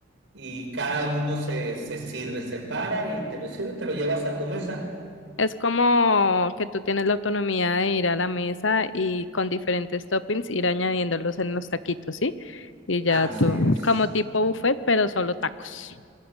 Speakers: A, on the right; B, on the left.
A: Y cada uno se, se sirve, se para y te lo sirve, y te lo llevas a tu mesa.
B: Es como que tú tienes la autonomía de ir a la mesa y con diferentes toppings ir añadiéndolos en los taquitos, ¿sí? Y ya
A: Así
B: tú,
A: es.
B: como tipo buffet, pero solo tacos.